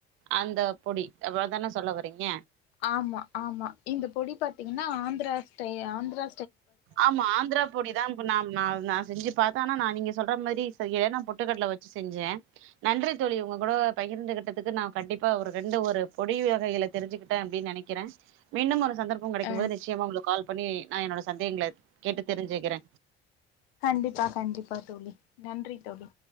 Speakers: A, on the right; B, on the left.
A: அந்த பொடி அவ்வளவுதான சொல்ல வரீங்க
B: ஆமா ஆமா இந்த பொடி பாத்தீங்கன்னா ஆந்த்ரா ஸ்டை ஆந்த்ரா
A: ஆமா ஆந்திரா பொடி தான்ணா நா செஞ்சு பாத்தே ஆனா நா நீங்க சொல்ற மாரி சரிய புட்டுக்கடல வச்சு செஞ்சே நன்றி த தோழி உங்க கூட பகிர்ந்துகிட்டக்கு நா கண்டிப்பா ஒரு ரெண்டு ஒரு பொடி வகைக தெரிஞ்சுக்கிட்டே அப்டின்னு நெனைக்கிறே மீண்டும் ஒரு சந்தர்ப்ப கெடைக்கும்
B: அ
A: போது நிச்சியமா உங்களுக்கு கால் பண்ணி நா என்னோட சந்தேகங்கள கேட்டு தெரிஞ்சுக்கிறே
B: கண்டிப்பா கண்டிப்பா தோழி நன்றி தோழி